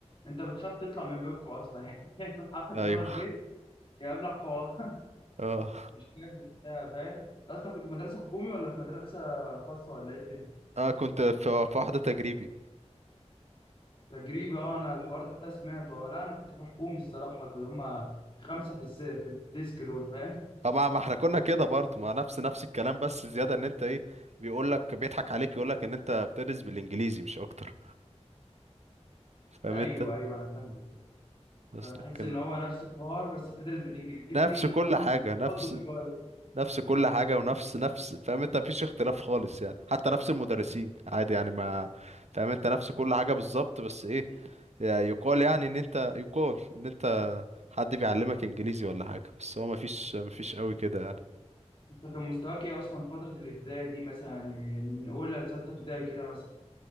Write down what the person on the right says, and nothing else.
ايوه
اه
اه كنت في في واحدة تجريبي
طب ما ما احنا كنا كده برضه ما نفس نفس الكلام بس زيادة ان انت ايه بيقول لك بيضحك عليك يقول لك ان انت بتدرس بالانجليزي مش اكتر فاهم
انت
بس
لكن
نفس كل حاجة
نفس
نفس كل حاجة ونفس نفس فاهم انت مفيش اختلاف خالص يعني حتى نفس المدرسين عادي يعني ما فاهم انت نفس كل حاجة بالظبط بس ايه يعني يقال يعني ان انت يقال ان انت حد بيعلمك انجليزي ولا حاجة بس هو مفيش مفيش قوي كده يعني